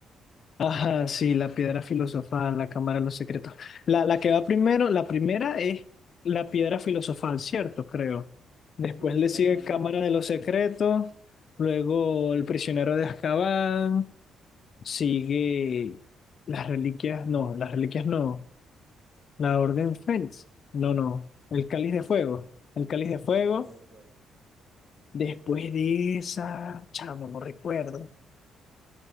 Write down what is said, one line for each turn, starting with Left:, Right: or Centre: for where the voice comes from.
Left: Ajá, sí, la piedra filosofal, la cámara de los secretos. La, la que va primero, la primera es la piedra filosofal, ¿cierto? Creo. Después
Right: Sí,
Left: le
Right: sí,
Left: sigue
Right: hasta donde
Left: Cámara
Right: recuerdo,
Left: de los
Right: sí,
Left: Secretos, luego El prisionero de Azkaban, sigue las reliquias, no, las reliquias no. La Orden Fénix. No, no. El Cáliz de Fuego. El Cáliz de Fuego.
Right: el Cáliz de Fuego.
Left: Después de esa, chamo, no recuerdo.